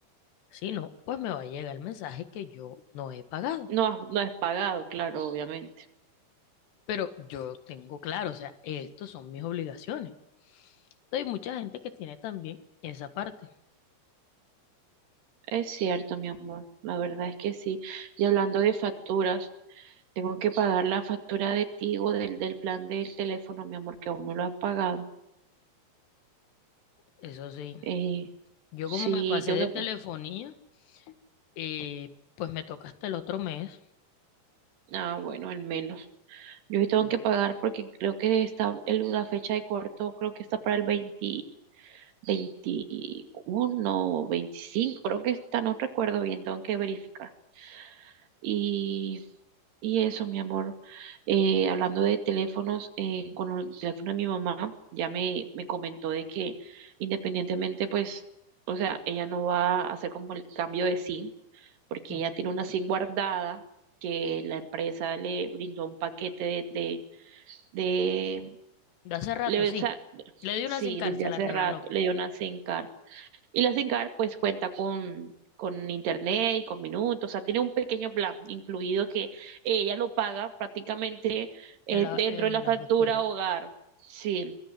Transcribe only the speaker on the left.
Si no, pues me va a llegar el mensaje que yo no he pagado.
Pero yo tengo claro, o sea, estos son mis obligaciones. Hay mucha gente que tiene también esa parte.
Eso sí,
yo
como me pasé
de
telefonía,
Eh, pues me toca hasta el otro mes.
Mm,
De hace rato,
sí.
Le di una
sin cárcel,
se
la regaló
en la,
en
la factura.